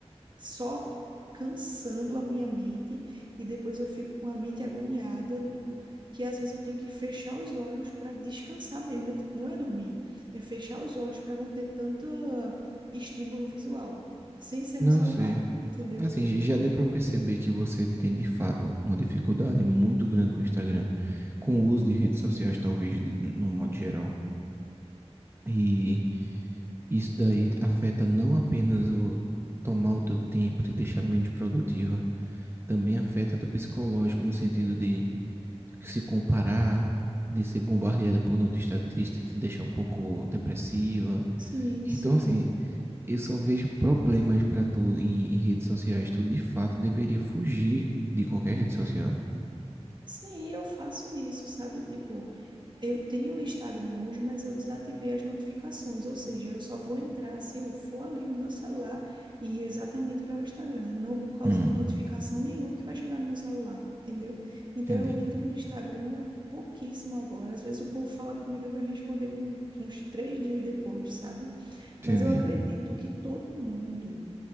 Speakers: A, on the right; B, on the right.
A: só cansando a minha mente e depois eu fico com a mente agoniada, n- que às vezes eu tenho que fechar os olhos para descansar mesmo, né? Tipo, Não é dormir, é fechar os olhos para não ter tanto estímulo visual, sem ser
B: Não
A: no celular,
B: sei.
A: entendeu?
B: Assim, j- já deu para perceber que você tem de fato uma dificuldade muito grande com o Instagram, com o uso de redes sociais, talvez, de- no modo geral. E isso daí afeta não apenas o tomar o teu tempo, te deixar menos produtiva, também afeta teu psicológico no sentido de se comparar, de ser bombardeada por notícias tristes, te deixar um pouco depressiva,
A: Sim,
B: então,
A: sim.
B: assim, eu só vejo problemas pra tu em, em redes sociais. Tu, de fato, deveria fugir de qualquer rede social.
A: Sim, eu faço isso, sabe? Tipo, eu tenho o Instagram hoje, mas eu desativei as notificações, ou seja, eu só vou entrar se eu for ali no meu celular e ir exatamente para o Instagram, não por causa
B: Hum,
A: de notificação nenhuma que vai chegar no meu celular, entendeu? Então
B: entendi,
A: eu entro no Instagram pouquíssimo agora. Às vezes o povo fala comigo, eu vou responder com uns três dias depois, sabe?
B: entendi,
A: Mas eu acredito que todo mundo